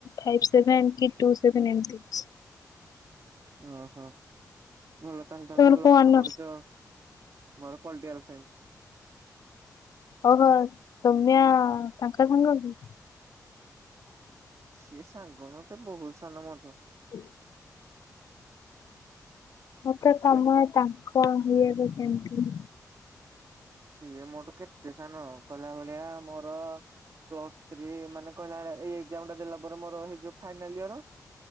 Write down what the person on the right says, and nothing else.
ଓହୋ ଭଲ ତାହେଲେ
ତମେ ଭଲ
ପାଠ
ପଢୁଛ। ମୋର ପଲିଟିିକାଲ ସାଇନ୍ସି।
ସିଏ ସାଙ୍ଗ ନୁହଁ ସେ ବହୁତୁ ସାନ ମଠୁ।
ସେ
ସିଏ ମୋଟୁ କେ ସାନ କହିଲା ଭଳିଆ ମୋର ପ୍ଲସ ସ୍ତ୍ରୀ ମାନେ କହିଲା ଭଳିଆ ଏଇ ଏକ୍ସାମ୍ ଟା ଦେଲା ପରେ ମୋର ହେଇଯିବା ଫାଇନାଲ ୟର୍।